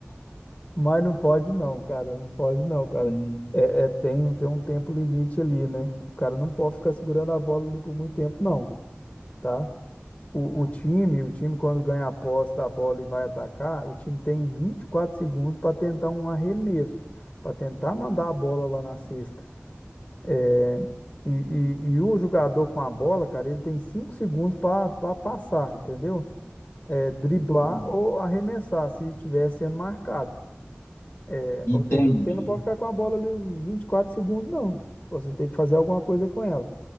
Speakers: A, on the left; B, on the left.
A: Mas não pode não, cara. Não pode não, cara.
B: Hum,
A: É, é, tem, um- tem um tempo limite ali, né? O cara não pode ficar segurando a bola ali por muito tempo, não, tá? O,
B: nossa,
A: o time, o time quando ganha a posse da bola e vai atacar, o time tem 24 segundos para tentar um arremesso, para tentar mandar a bola lá na cesta. É, E, e- e o jogador com a bola, cara, ele tem 5 segundos para passar, entendeu? É, driblar
B: entendi.
A: ou arremessar se estiver sendo marcado. É,
B: Entendi.
A: ou seja, você não pode ficar com a bola ali os 24 segundos, não. Você tem que fazer alguma coisa com ela,